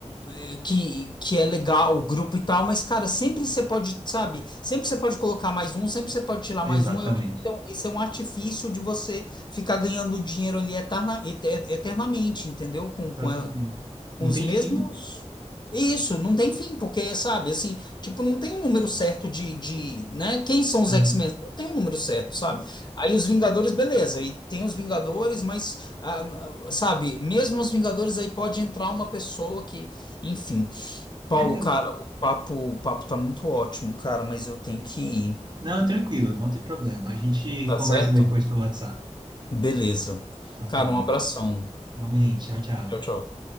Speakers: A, on the left; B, on the right.
A: é, que, que é legal o grupo e tal, mas, cara, sempre você pode, sabe, sempre você pode colocar mais um, sempre você pode tirar
B: Exatamente.
A: mais um, eu acho que isso é um isso é um artifício de você ficar ganhando dinheiro ali eterna, eter- eternamente, entendeu? Com, com,
B: Exatamente.
A: a-
B: Não
A: com os
B: tem
A: mesmos.
B: fim.
A: Isso, não tem fim, porque, sabe, assim, tipo, não tem um número certo de, de, né? Quem são os
B: <laughs> Aham.
A: X-Men? Não tem um número certo, sabe? Aí os Vingadores, beleza, aí tem os Vingadores, mas, ah, ah, sabe, mesmo nos Vingadores aí pode entrar uma pessoa que, enfim. Paulo,
B: É, não,
A: cara, o papo, o papo tá muito ótimo, cara, mas eu tenho que ir,
B: não, tranquilo, não tem problema. A gente
A: tá
B: conversa
A: certo?
B: depois pelo WhatsApp.
A: Beleza.
B: Então
A: Cara,
B: tá bom.
A: um abração.
B: Vamos aí, tchau, tchau.
A: Tchau, tchau.